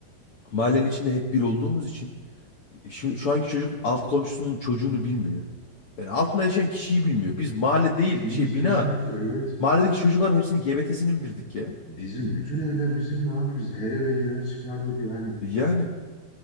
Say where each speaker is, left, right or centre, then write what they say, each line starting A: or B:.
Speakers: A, on the left (about 80°); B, on the left (about 25°).
A: Mahallenin içinde hep bir olduğumuz için e, şu, şu anki çocuk alt komşusunun çocuğunu bilmiyor. Yani altında yaşayan kişiyi bilmiyor. Biz mahalle değil
B: Kimse
A: şey bina
B: bilmiyor ki evet.
A: mahalledeki çocukların hepsinin GBT'sini bildirdik ya.
B: Bizim bütün evler bizimdi abi biz her eve girer çıkardık yani.
A: E, Yani